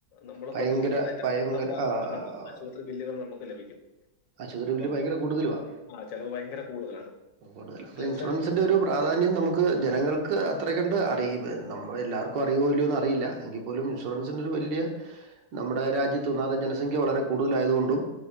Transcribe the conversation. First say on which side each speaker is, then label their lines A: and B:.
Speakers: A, on the left; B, on the right.
A: നമ്മൾ
B: ഭയങ്കര
A: പ്രതീക്ഷിക്കുന്നതിന്റെ
B: ഭയങ്കര
A: അപ്പറത്തുള്ള
B: ആഹ്
A: ആ ആശുപത്രി ബില്ലുകൾ നമുക്ക് ലഭിക്കും
B: ആശുപത്രി
A: അപ്പം
B: ബില്ല് ഭയങ്കര കൂടുതലുവാ
A: ആ ചെലവ് ഭയങ്കര കൂടുതലാണ്
B: കൂടുതലാ അപ്പൊ
A: ലക്ഷം
B: ഇൻഷുറൻസിന്റെ ഒരു പ്രാധാന്യം നമുക്ക് ജനങ്ങൾക്ക് അത്ര കണ്ട് അറിവ് നമ്മൾ എല്ലാവർക്കും അറിയോ ഇല്ലയോന്ന് അറിയില്ല എങ്കിൽപ്പോലും ഇൻഷുറൻസിന്റെ ഒരു വലിയ നമ്മുടെ രാജ്യത്ത് ഒന്നാത് ജനസംഖ്യ വളരെ കൂടുതലായതുകൊണ്ടും